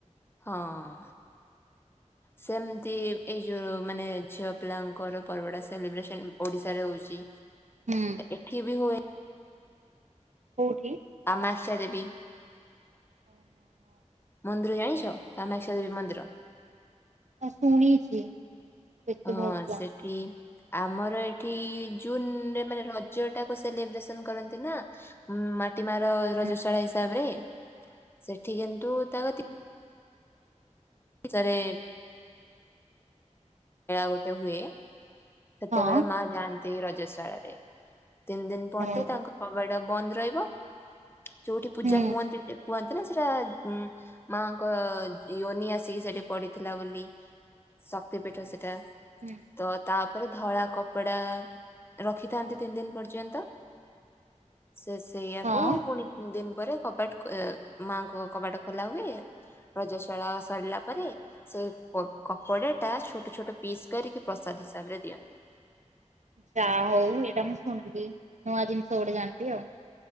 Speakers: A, on the left; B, on the right.
A: ହଁ ସେମତି ଏଇ ଯୋଉ ମାନେ ଝିଅ ପିଲାଙ୍କର ପର୍ବଟା ସେଲିବ୍ରେସନ ଓଡିଶାରେ ହଉଛି,
B: ହୁଁ
A: ଏଠି ବି ହୁଏ।
B: କୋଉଠି?
A: କାମାକ୍ଷାଦେବୀ।
B: ଓ ହୋ ହୋ।
A: ମନ୍ଦିର ଜାଣିଛ କାମାକ୍ଷା ଦେବୀ ମନ୍ଦିର?
B: ଶୁଣିଛି। କିନ୍ତୁ ଏତେ
A: ହଁ
B: ଭଲସେ ଜାଣିନି।
A: ସେଠି। ଆମର ଏଠି ଜୁନରେ ମାନେ ରଜଟାକୁ ସେଲିବ୍ରେସନ କରନ୍ତି ନା। ମାଟି ମାର
B: ହୁଁ
A: ରଜଶାଳା ହିସାବରେ ସେଠି କିନ୍ତୁ ତା ସରେ ମେଳା ଗୋଟେ ହୁଏ। ସେତେବେଳେ
B: ହଁ
A: ମା ଯାଆନ୍ତି ରଜଶାଳାରେ ତିନି ଦିନ ପର୍ଯ୍ୟନ୍ତ
B: ଓହୋ
A: ତାଙ୍କ କବାଟ ବନ୍ଦ ରହିବ। ଯୋଉଠି ପୂଜା
B: ହୁଁ
A: ହୁଅନ୍ତି କୁହନ୍ତି ନା ସେଟା ମାଙ୍କ ୟୋନି ଆସିକି ସେଠି ପଡିଥିଲା ବୋଲି। ଶକ୍ତି ପୀଠ ସେଟା
B: ହୁଁ
A: ତ ତା ତାପରେ ଧଳା କପଡା ରଖିଥାନ୍ତି ତିନି ଦିନ ପର୍ଯ୍ୟନ୍ତ। ସେ ସେଇଆକୁ
B: ହଁ।
A: ପୁଣି ତିନି ଦିନ ପରେ କବାଟ ମାଙ୍କ କବାଟ ଖୋଲା ହୁଏ। ରଜଶାଳା ସରିଲା ପରେ। ସେ କପଡାଟା ଛୋଟ ଛୋଟ ପିସ୍ କରିକି ପ୍ରସାଦ ହିସାବରେ ଦିଅନ୍ତି।
B: ଯାହା ହଉ ଏଇଟା ମୁଁ ଶୁଣିଲି ନୂଆ ଜିନିଷ ଗୋଟେ ଜାଣିଲି ଆଉ।